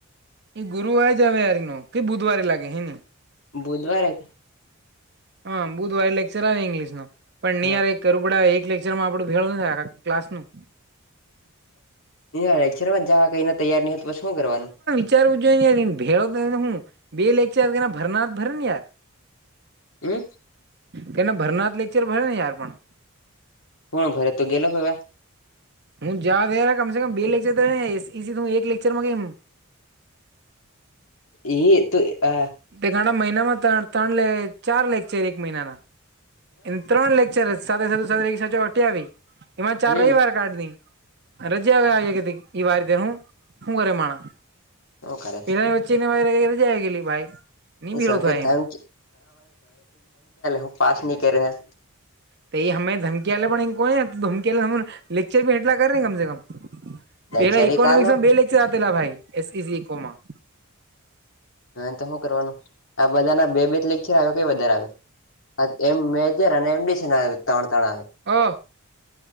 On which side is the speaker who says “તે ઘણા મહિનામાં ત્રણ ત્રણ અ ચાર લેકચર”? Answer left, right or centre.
Right